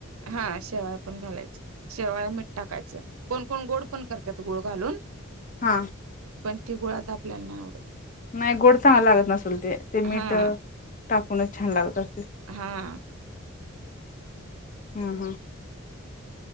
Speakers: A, on the right; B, on the left.
A: हा शेवाळ्या पण घालायचं शेवाळ मीठ टाकायचं कोण- कोण गोड पण करतात गुळ घालून
B: हा
A: पण ती गुळाच आपल्याला नाय आवडत
B: नाही गोड चांगलं लागत नसल ते ते मीठ
A: हा
B: टाकूनच छान लागत असेल अस
A: हा
B: हम् हम